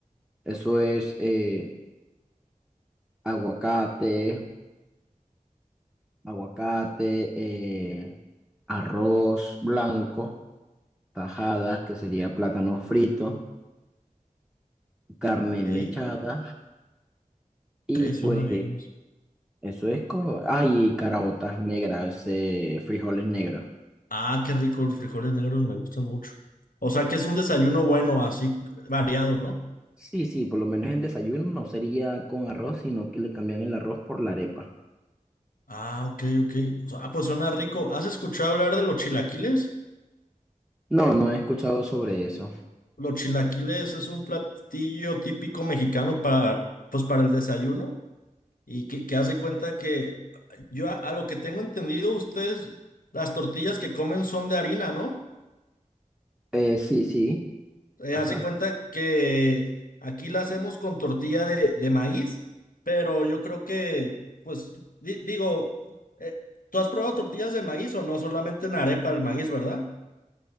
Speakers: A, in the centre; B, on the left.
A: Eso es eh, aguacate, aguacate, eh, arroz blanco, tajadas, que sería plátano frito, carne
B: Ok,
A: mechada, y
B: ok,
A: pues
B: suena bien eso.
A: eso es como, ay, y caraotas negras, eh, frijoles negros.
B: Ah, qué rico, los frijoles negros me gustan mucho. O sea que es un desayuno bueno, así variado, ¿no?
A: Sí, sí, por lo menos en desayuno no sería con arroz, sino que le cambian el arroz por la arepa.
B: Ah, ok, ok. O sea, Ah, pues suena rico. ¿Has escuchado hablar de los chilaquiles?
A: No, no he escuchado sobre eso.
B: Los chilaquiles es un platillo típico mexicano para, pues, para el desayuno. Y que, que haz de cuenta que yo a, a lo que tengo entendido, ustedes las tortillas que comen son de harina, ¿no?
A: Eh, sí, sí.
B: Eh,
A: Ajá.
B: haz de cuenta que aquí la hacemos con tortilla de, de maíz, pero yo creo que, pues, di- digo, eh, ¿tú has probado tortillas de maíz o no? Solamente en arepa el maíz, ¿verdad?